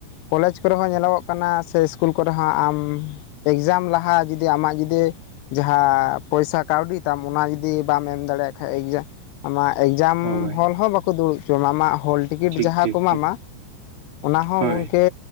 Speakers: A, on the left (about 85°); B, on the right (about 80°).
A: ᱠᱚᱞᱮᱡ ᱠᱚᱨᱮ ᱦᱚᱸ ᱧᱮᱞᱚᱜᱚᱜ ᱠᱟᱱᱟ ᱥᱮ ᱤᱥᱠᱩᱞ ᱠᱚᱨᱮ ᱦᱚᱸ ᱟᱢ ᱮᱠᱡᱟᱢ ᱞᱟᱦᱟ ᱡᱩᱫᱤ ᱟᱢᱟᱜ ᱡᱩᱫᱤ ᱡᱟᱦᱟᱸ ᱯᱚᱭᱥᱟ ᱠᱟᱹᱣᱰᱤ ᱛᱟᱢ ᱚᱱᱟ ᱡᱩᱫᱤ ᱵᱟᱢ ᱮᱢ ᱫᱟᱲᱮᱭᱟᱜ ᱠᱷᱟᱱ ᱮᱠᱡᱟᱢ ᱟᱢᱟᱜ ᱮᱠᱡᱟᱢ
B: ᱦᱳᱭ
A: ᱦᱚᱞ ᱦᱚᱸ ᱵᱟᱠᱚ ᱫᱩᱲᱩᱵ ᱦᱚᱪᱚᱣᱟᱢᱟ ᱟᱢᱟᱜ ᱦᱚᱞ ᱴᱤᱠᱤᱴ
B: ᱴᱷᱤᱠ
A: ᱡᱟᱦᱟᱸ
B: ᱴᱷᱤᱠ
A: ᱠᱚ ᱮᱢᱟᱢᱟ
B: ᱴᱷᱤᱠ
A: ᱚᱱᱟ ᱦᱚᱸ
B: ᱦᱳᱭ
A: ᱜᱚᱢᱠᱮ